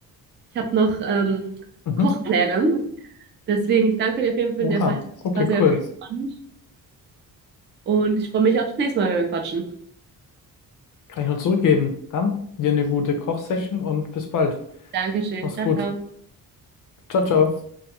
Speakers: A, on the right; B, on the left.
A: Ich habe noch ähm,
B: Mhm.
A: Kochpläne. Deswegen, ich danke dir auf jeden Fall
B: Oha,
A: für den Halt.
B: okay,
A: War sehr
B: cool.
A: spannend und ich freue mich aufs nächste Mal, wenn wir quatschen.
B: Kann ich nur zurückgeben. Dann dir eine gute Kochsession und bis bald.
A: Dankeschön.
B: Mach's
A: Ciao,
B: gut.
A: ciao.
B: Ciao, ciao.